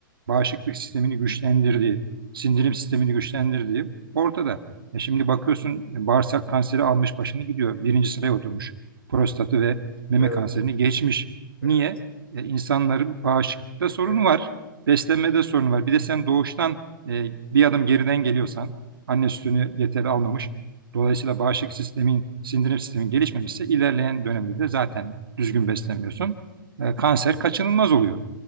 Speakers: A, on the right; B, on the left.
A: bağışıklık sistemini güçlendirdiği, sindirim sistemini güçlendirdiği ortada. E şimdi bakıyorsun e, bağırsak kanseri almış başını gidiyor. Birinci sıraya oturmuş. Prostatı ve meme
B: Evet,
A: kanserini geçmiş.
B: evet.
A: Niye? E, insanların bağışıklıkta
B: İşte
A: sorunu var. Beslenmede sorunu var. Bir de sen doğuştan e, bir adım geriden geliyorsan, anne sütünü yeterli almamış. Dolayısıyla bağışıklık sistemin, sindirim sistemin gelişmemişse ilerleyen dönemde de zaten düzgün beslenmiyorsun. E, kanser kaçınılmaz oluyor.